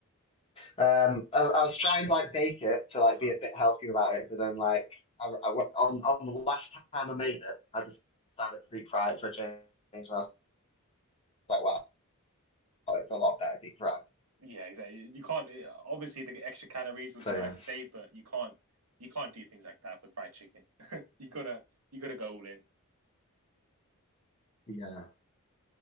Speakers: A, on the left (about 25°); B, on the right (about 75°).
A: Um, I, I was trying to like bake it to like
B: Uh huh.
A: be a bit healthier about it, but then like I, I went- on on the last time I made it, I decided to deep fry it for a change, and I was like, wow, it's a lot better deep fried.
B: Yeah, exactly. You can't eh, obviously the extra calories would
A: So
B: be nice
A: yeah,
B: to save, but you can't you can't do things like that for fried chicken. <laughs> you gotta you gotta go all in.
A: yeah,